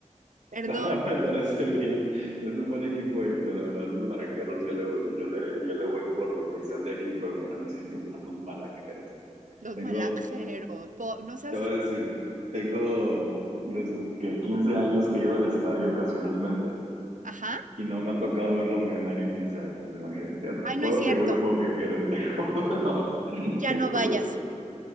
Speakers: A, on the right; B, on the right.
A: perdón,
B: No, me parece bien. Es un buen equipo de irle, la verdad. Los malanqueros, yo le, voy- yo le, yo le voy por, por ser de aquí, pero para mí siempre serán los malanqueros.
A: los
B: Tengo,
A: malanjeros, po- no seas,
B: Te voy a decir, tengo desde que 15 años que iba al estadio ocasionalmente
A: ajá.
B: y no me ha tocado verlos ganar en 15 años, imagínate.
A: Ay,
B: Juego
A: no es cierto.
B: que voy, juego que pierdo, <laughs> te juro, te
A: Ya no
B: juro.
A: vayas.